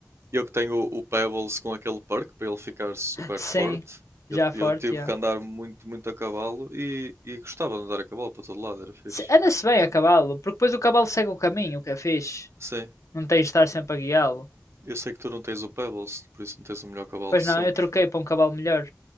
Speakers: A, on the right (about 60°); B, on the left (about 85°).
A: Eu que tenho o o Pebbles com aquele perk para ele ficar super
B: Sim,
A: forte. Eu,
B: já é
A: eu
B: forte,
A: tive
B: já.
A: que andar muito, muito a cavalo e, e gostava de andar a cavalo para todo lado, era fixe.
B: Anda-se bem a cavalo, porque depois o cavalo segue o caminho, o que é fixe.
A: Sim,
B: Não tens de estar sempre a guiá-lo.
A: eu sei que tu não tens o Pebbles, por isso não tens o melhor cavalo
B: Pois
A: de sempre.
B: não, eu troquei para um cavalo melhor.